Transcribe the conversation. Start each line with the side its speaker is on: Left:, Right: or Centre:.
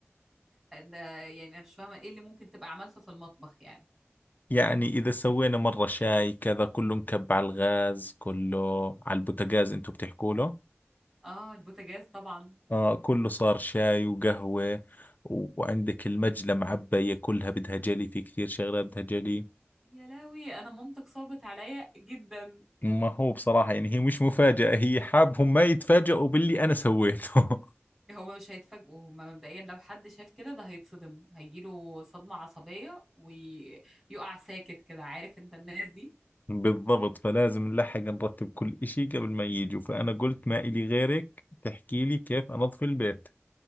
Centre: ده يعني انا مش فاهمة ايه اللي ممكن تبقى عملته في المطبخ يعني
Left: <laughs> يعني اذا سوينا مرة شاي كذا كله مكب على الغاز كله على البوتاجاز انتم بتحكوا له
Centre: اه البوتاجاز طبعا
Left: اه كله صار شاي وقهوة وعندك المجلة معبية كلها بدها جلي في كثير شغلات بدها جلي
Centre: يا لهوي انا مامتك صعبت عليا جدا
Left: ما هو بصراحة يعني هي مش مفاجأة هي حابهم ما يتفاجئوا باللي انا سويته <laughs>
Centre: هو مش هيتفاجئوا هما مبدئيا لو حد شاف كده ده هيتصدم هيجيله صدمة عصبية ويقع ساكت كده عارف انت الناس دي
Left: بالضبط فلازم نلحق نرتب كل إشي قبل ما يجوا فأنا قلت ما إلي غيرك تحكي لي كيف أنظف البيت